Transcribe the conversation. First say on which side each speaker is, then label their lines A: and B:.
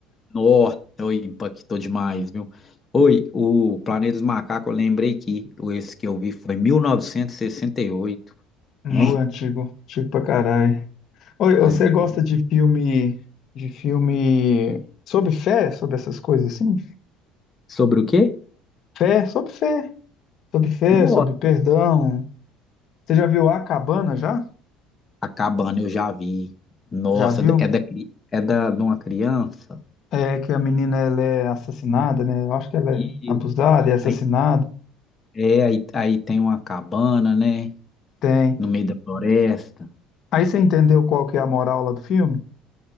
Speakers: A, on the left (about 25°); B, on the left (about 55°).
A: Nossa, oi, impactou demais, viu? Oi, o Planeta dos Macacos, eu lembrei que o- esse que eu vi foi 1968.
B: no
A: É?
B: antigo, antigo pra caralho. Oi, você
A: Antigo.
B: gosta de filme, de filme sobre fé, sobre essas coisas assim?
A: Sobre o quê?
B: Fé, sobre fé. Sobre fé,
A: Gosta.
B: sobre perdão. Você já viu A Cabana já?
A: A cabana eu já vi. Nossa,
B: Já viu?
A: é da, cri- é da, de uma criança.
B: É que a menina ela é assassinada, né? Eu acho que ela é
A: E
B: abusada e assassinada.
A: aí, é, aí, aí tem uma cabana, né?
B: Tem.
A: No meio da floresta.
B: Aí você entendeu qual que é a moral lá do filme?